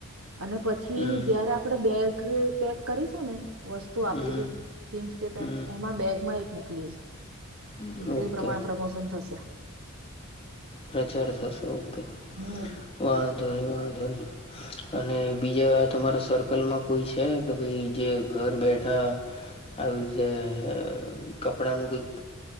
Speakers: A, on the right; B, on the left.
A: અને પછી
B: હમ
A: જયારે આપણેે બેગ પેક કરીશું ને વસ્તુ
B: હમ
A: આપીશું. જીન્સ કે પેંન્ટ
B: હમ
A: એમાં બેગમાં એક મૂકી દઈશ,
B: હમ
A: એટલે
B: ઓકે
A: એ પ્રમાણે પ્રમોશન થશે.
B: પ્રચાર થશે ઓકે.
A: હમ.
B: વા ધોની વા ધોની. અને બીજા આ તમારા સર્કલમાં કોઈ છે કે ભાઈ જે ઘર બેઠા. આવી રીતે અ કપડાનું કઈક.